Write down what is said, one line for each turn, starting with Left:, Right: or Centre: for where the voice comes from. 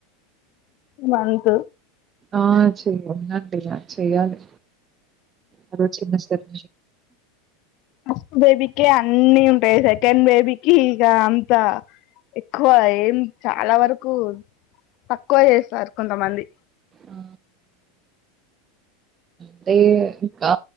Left: మంత్
Right: ఆ చెయ అన్నట్టే ఇగ చెయాలి అదొ చిన్న స్టెప్
Left: ఫస్ట్ బేబీకే అన్ని ఉంటాయి సెకండ్ బేబీకి ఇక అంత ఎక్కువ ఏం చాలా వరకు తక్కువ చేస్తారు కొంతమంది
Right: ఆ అదే ఇంకా